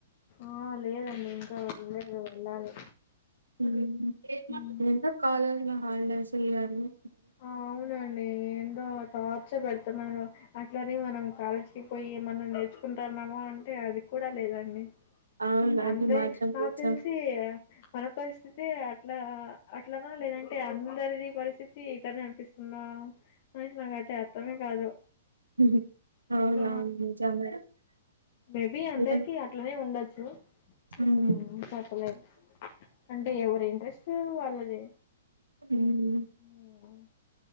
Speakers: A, on the left; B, on the right.
A: ఆ లేదండి ఇంకా వెళ్ళలేదు వెళ్ళాలి.
B: ఊమ్
A: ఉ
B: ఏందో కాలేజ్ర. Holidays yearly.
A: ఔనండి ఏందో. టార్చర్ బెడ్తున్నారు అట్లనే మనం కాలేజ్కి పొయ్ ఏమన్నా నేర్చుకుంటా. నమా అంటే అది కూడా లేదు అండి
B: అవును అది
A: అందరి
B: మాత్రం
A: నాక్
B: నిజం
A: తెల్సి మన పరిస్థి తే అట్లా అట్లనా లేదంటే అందర్ది పరిస్థి తి ఇతనే అన్పిస్తుందా. <unintelligible> నాకైతే అర్థమే కాదు.
B: ఉహు అవును
A: ఆ!
B: అవును నిజంగా
A: మేబీ అందరికీ
B: విలన్
A: అట్లనే ఉండొచ్చు. హ్మ్.
B: అవునా
A: చెప్పలేం. అంటే ఎవరి ఇంట్రెస్ట్ వాళ్ళది.
B: ఉహు
A: హ్మ్.